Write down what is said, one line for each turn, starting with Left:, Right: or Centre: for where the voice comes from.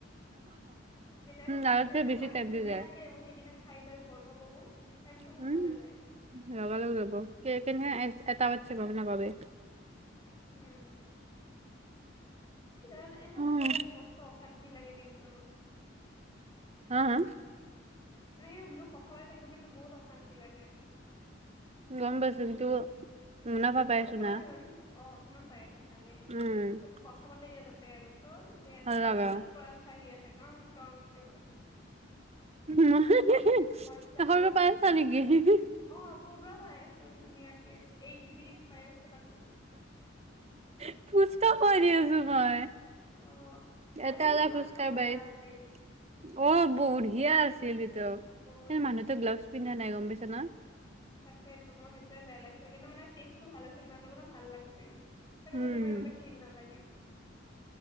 Left: যেতিয়া একো
Right: উম,
Left: গালি-চালি
Right: তাতকে
Left: নাথাকে,
Right: বেছি টাইম
Left: ধুনীয়াকে
Right: দি যায়
Left: উ সিদিনা খাই লৈ পঢ়িব বহো, টাইমতো সোনকালে
Right: উম।
Left: যায়।
Right: লগা-লগ যাব, কে-কেনে এ-এটা বাজিছে, গম নাপাবি।
Left: উম। জানানে এনেকে
Right: উম,
Left: কথা বিলাক মস্ত অশান্তি লাগে, কিন্তু
Right: হা, হা।
Left: এনেকে বোলো কথা পাতি থাকিব কিন্তু বহুত অশান্তি লাগে।
Right: গম পাইছো কিন্তু মুনাফা পাইছো
Left: উপায়
Right: না
Left: হেন অ কিমান পাই। ভালে
Right: উম
Left: ত কথা পাতি কি তাতে আৰু ত ঠিকে আছে
Right: ভাল
Left: বা
Right: লগা
Left: পুৰা ক্লাছ আহি আছে কাওঁন কাওঁন কে বোলে।
Right: <inaudible>
Left: মজা
Right: পাই আছা নেকি <inaudible>
Left: অ পৰুৱা পাই আছো ধুনীয়াকে এইচ ডি পাই আছো তাকো।
Right: <inaudible> কৰি আছো মই।
Left: অ আজি
Right: এটা
Left: কিন্তু
Right: <inaudible>
Left: চাটটো
Right: বাৰীত।
Left: মজা আছিল
Right: অ বঢ়িয়া আছিল সেইতো কিন্তু
Left: বহুত টেষ্টি
Right: মানুহতো
Left: লাগিছে।
Right: গ্লাভছ পিন্ধা নাই গম পাইছা না।
Left: তাকে তো মোৰ সেইটোয়ে বেয়া লাগিছিল কিন্তু মানে টেষ্টটো ভাল আছিল ন সেইটো কাৰণে ভাল লাগছি। সেইটো
Right: উম
Left: কাৰণে মোৰ ইমান এটা ঘিণ নালাগিল।